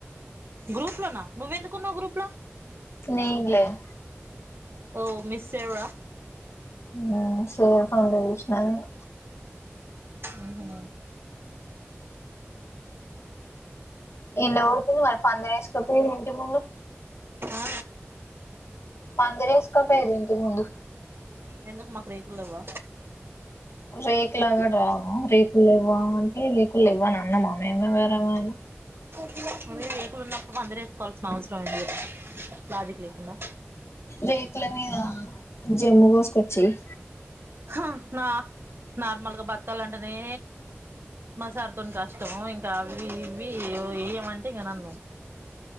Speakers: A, on the right; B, on the left.
A: గ్రూప్ లోనా నువ్వెందుకున్నావు గ్రూప్ లో
B: నేన్ లేను
A: ఓ మీస్సేర
B: మ్మ్ సేర ఫోన్లో జూష్ణ నేను
A: ఆహ
B: ఎండ పడుతుంది మరి పందిరి వేసుకపోఇర్రా ఇంటి ముందు
A: ఆ
B: పదిరేసుకోపోయర్రా ఇంటి ముందు
A: ఎందుకు మాకు రేకులెవ్వ
B: రేకు లాగా రావ రేకులు లెవ్వ అంటే రే లేవ్వ్ అని అన్నమా మేమే ఎవరమైనా
A: అ రేకులున్నప్పుడు పదిరు వేసుకోవాల్సిన అవసరం ఏంది కదా లాజిక్ లేకుండా
B: రేకుల మీద జమ్మూ కోస్కచ్చ చెేయ్
A: హ నా నార్మల్ గా బతకాల అంటేనే మసారుతో కష్టం ఇంకా అవి ఇవి వేయమంటే ఇంకా నన్ను